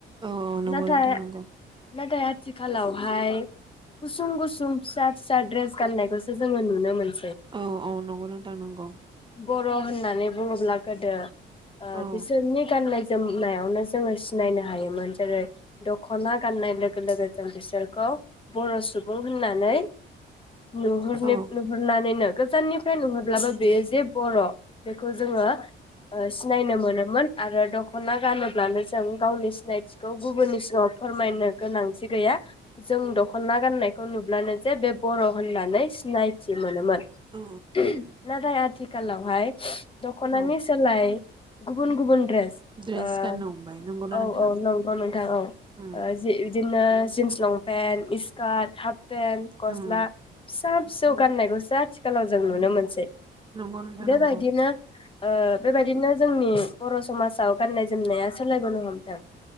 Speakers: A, on the right (about 25°); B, on the left (about 25°).
A: औ औ नंगौ
B: नाथाय
A: नोंथां नंगौ
B: नाथाय आथिखालावहाय गुसुं गुसुं फिसा फिसा द्रेस गाननायखौसो जोङो नुनो मोन
A: औ औ नंगौ नोंथां नंगौ
B: बर होननानै बुङोब्ला गोदो ओ
A: औ
B: बिसोरनि गाननाय जोमनायावनो जोङो सिनायनो हायोमोन जेरै दखना गाननाय लोगो लोगो जों बिसोरखौ बर सुबुं होननानै नुहर
A: औ
B: नुहरनानैनो गोजाननिफ्राय नुहरब्लाबो बेयो जे बर' बेखौ जोङो ओ सिनायनो मोनोमोन आरो द द'खना गानोब्लानो जों गावनि सिनायथिखौ गुबुननि सिगाङाव फोरमायनो गोनां थिगैया जों दखना गाननायखौ नु अब्लानो जे बे बर' होननानै सिनायथि मोनोमोन नाथाय
A: औ
B: आथिखालावहाय दखनानि
A: औ
B: सोलाय गुबुन गुबुन द्रेस
A: द्रेस
B: ओ
A: गाननो हमबाय नंगौना
B: औ
A: नोंथां
B: औ नंगौ नोंथां औ
A: उम
B: जि बिदिनो जिन्स लंपेन्ट स्कारट हाफ पेन गस्ला
A: उम
B: फिसा फिसौ गाननायखौसो आथिखालाव जों
A: उम
B: नुनो मोनसै
A: नंगौ नोंथां
B: बेबायदिनो
A: नंगौ
B: ओ बेबायदिनो जोंनि बर' समाजाव गाननाय जोमनाया सोलायबोनो हमदों